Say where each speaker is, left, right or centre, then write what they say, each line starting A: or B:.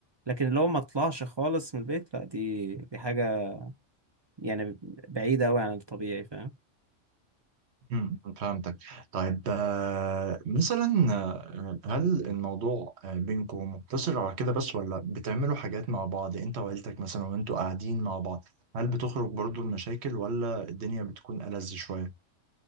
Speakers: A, on the right (about 30°); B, on the right (about 60°).
A: لكن اللي هو ما اطلعش خالص من البيت لا دي دي حاجة يعني بعيدة قوي عن الطبيعي فاهم
B: امم فهمتك طيب آه، مثلا آه، هل الموضوع آه، بينكم مقتصر على كده بس ولا بتعملوا حاجات مع بعض انت وعيلتك مثلا وانتوا قاعدين مع بعض هل بتخرج برضو المشاكل ولا الدنيا بتكون ألذ شوية